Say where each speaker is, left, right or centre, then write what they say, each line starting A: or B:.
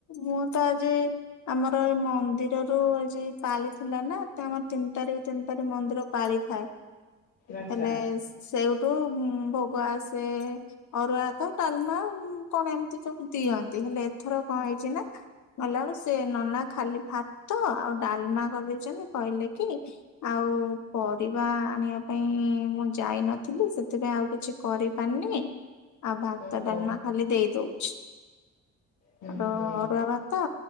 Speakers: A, on the left; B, on the left.
A: ମୁଁ ତ ଆଜି ଆମର ଏଇ ମନ୍ଦିରରୁ ଆଜି ପାଲି ଥିଲା ନା ଆମର ତିନି ତାରିଖ ତିନି ତାରିଖ ମନ୍ଦିର ପା ପାଳିଥାଏ
B: ଆଚ୍ଛା
A: ହେଲେ ସେଉଠୁ ଭୋଗ ଆସେ। ସେ ଅରୁଆ ଭାତ ଡାଲମା କଣ ଏମିତି ସବୁ ଦିଅନ୍ତି ହେଲେ। ଏଥର କଣ ହେଇଛି ନା ଗଲା ବେଳୁ ସେ ନନା ଖାଲି ଭାତ ଆଉ ଡାଲମା କରିଦେଇଛନ୍ତି। କହିଲେ କି ଆଉ ପରିବା ଆଣିବା ପାଇଁ ମୁଁ ଯାଇ ନଥିଲି ସେଥିପାଇଁ ଆଉ କିଛି କରିପାନି ଆଉ ଭାତ
B: ଓହୋ
A: ଡାଲମା ଖାଲି ଦେଇ ଦଉଛି।
B: ହୁଁ
A: ଆ
B: ହୁଁ
A: ଅରୁଆ ଭାତ